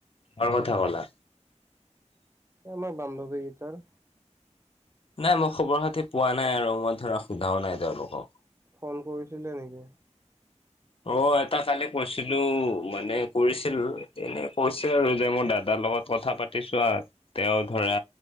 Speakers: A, on the left; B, on the right.
A: কাৰ কথা ক'লা?
B: আমাৰ বান্ধৱী গীতাৰ
A: নাই মই খবৰ খাতি পোৱা নাই আৰু মই ধৰা সোধাও নাই তেওঁলোকক।
B: ফোন কৰিছিলে নেকি?
A: অ', এটা কালি কৈছিলো। মানে কৰিছিল, এনে কৈছে আৰু যে মোৰ দাদা লগত কথা পাতি ছোৱা, তেওঁ ধৰা